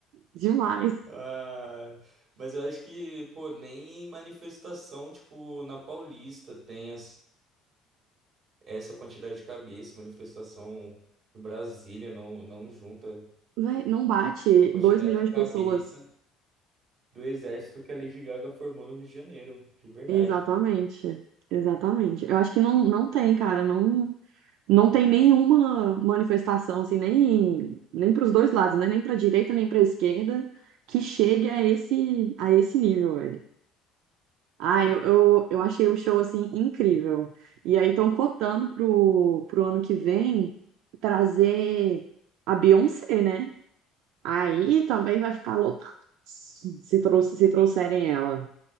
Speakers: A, on the right; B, on the right.
A: demais.
B: Ah, mas eu acho que, pô, nem em manifestação, tipo, na Paulista tem as- essa quantidade de cabeça. Manifestação em Brasília não, não junta
A: Véi, não bate
B: a quantidade
A: 2 milhões
B: de cabeça
A: de pessoas.
B: do exército que a Lady Gaga formou no Rio de Janeiro, de verdade.
A: Exatamente. Exatamente. Eu acho que não, não tem, cara. Não, não tem nenhuma manifestação, assim, nem, nem para os dois lados, né? Nem para a direita, nem para a esquerda, que chegue a esse, a esse nível, velho. Ah, eu, eu, eu achei o show, assim, incrível. E aí estão cotando pro, pro ano que vem trazer a Beyoncé, né? Aí também vai ficar lotado se, trou se trouxerem ela.